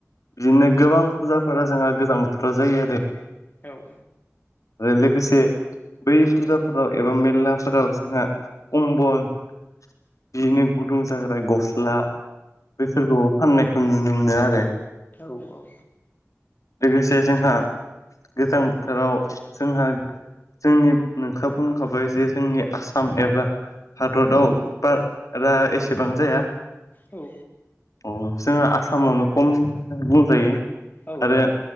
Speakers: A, on the left; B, on the left.
A: बिदिनो गोबां फुजाफोरा जोंहा गोजां बोथोराव जायो आरो।
B: औ
A: आरो लोगोसे बै फुजाफोराव एबा मेरलाफोराव जोंहा कमबल बिदिनो गुदुं जाग्रा गस्ला बेफोरखौ फाननायखौ जों नुनो मोनो आरो।
B: औ औ
A: लोगोसे जोंहा गोजां बोथोराव जोंहा जोंनि नोंथाङा बुंखाबाय जे जोंनि आसाम एबा हादराव बारा एसेबां जाया
B: औ
A: औ जोंहा आसामावनो खम बुंजायो।
B: औ औ
A: आरो